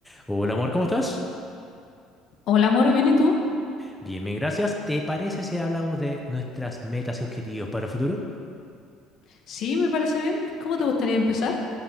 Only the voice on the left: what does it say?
Hola, amor, ¿bien y tú?
Sí, me parece bien. ¿Cómo te gustaría empezar?